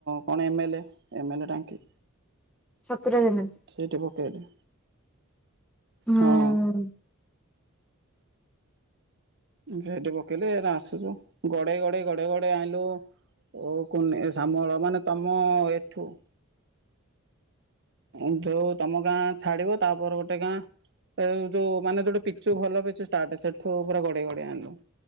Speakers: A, on the right; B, in the centre.
A: କଣ ଏମେଲେ ଏମେଲେ ଟାଙ୍କି।
B: ସପୁର ଜାଣନ୍ତି।
A: ସେଇଠି ପକେଇଲି।
B: ହୁଁ
A: ହଁ। ସେଇଠି ପକେଇଲି ଏଇନେ ଆସୁଛୁ ଗଡେଇ ଗଡେଇ ଗଡେଇ ଗଡେଇ ଆଣିଲୁ ଏ କୁନି ଶାମଳ ମାନେ ତମ ଏଠୁ। ଏ ଯୋଉ ତମ ଗାଁ ଛାଡିବ ତାପରେ ଗୋଟେ ଗାଁ। ଏଉ ଯୋଉ ମାନେ ଯୋଉଠି ପିଚୁ ଭଲ ପିଚୁ ଷ୍ଟାର୍ଟ ସେଠୁ ପୁରା ଗଡେଇ ଗଡେଇ ଆଣିଲୁ।